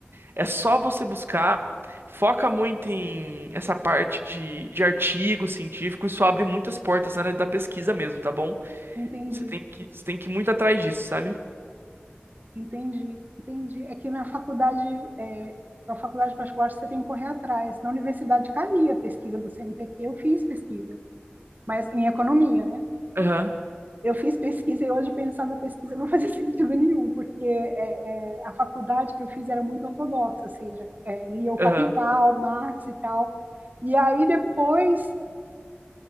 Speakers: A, on the right; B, on the right.
A: É só você buscar. Foca muito em essa parte de, de artigo científico, isso abre muitas portas na área da pesquisa mesmo, tá bom?
B: Entendi,
A: Você tem que, você tem que ir muito atrás disso, sabe?
B: entendi, entendi. É que na faculdade, é, na faculdade particular, você tem que correr atrás. Na universidade caía a pesquisa do CNPq, eu fiz pesquisa, mas em economia, né?
A: Aham,
B: eu fiz pesquisa e hoje pensar na pesquisa não fazia <laughs> sentido nenhum, porque é, é, a faculdade que eu fiz era muito ortodoxa, ou seja, é, lia o Capital,
A: aham,
B: Marx e tal. E aí depois